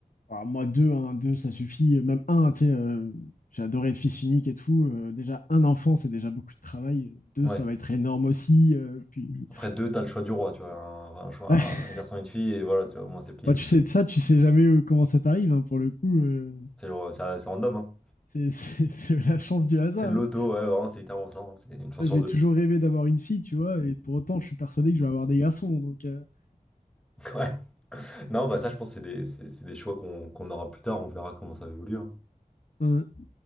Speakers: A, on the left (about 65°); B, in the centre.
A: Ah, moi, deux, hein, deux, ça suffit. Même un, tu sais, euh, j'ai adoré être fils unique et tout. Euh, déjà, un enfant, c'est déjà beaucoup de travail. Deux,
B: ouais.
A: ça va être énorme aussi. euh, puis,
B: Après deux, t'as le choix du roi, tu vois. Un, un choix,
A: <laughs> ouais.
B: un, un garçon et une fille, et voilà, tu vois, au moins c'est plié.
A: Moi, tu sais de ça, tu sais jamais euh, comment ça t'arrive, hein, pour le coup. euh,
B: C'est le- c'est c'est random, hein.
A: c'est c'est- <laughs> c'est la chance du hasard.
B: C'est le loto,
A: hein.
B: ouais, vraiment, c'est littéralement ça, hein. C'est une chance
A: Moi,
B: sur
A: J'ai
B: deux.
A: toujours rêvé d'avoir une fille, tu vois, et pour autant, je suis persuadé que je vais avoir des garçons. Donc,
B: <laughs> Ouais. Non, bah ça je pense que c'est des, c'est c'est des choix qu'on qu'on aura plus tard, on verra comment ça évolue.
A: euh, <laughs>